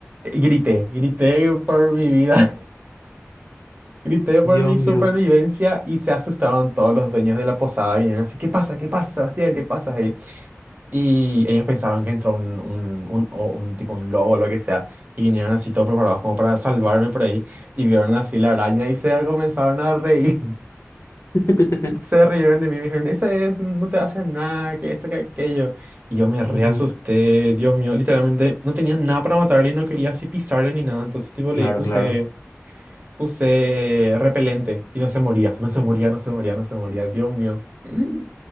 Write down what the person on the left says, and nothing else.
Dios
mío.
<laughs>
Ujú,
Claro,
claro.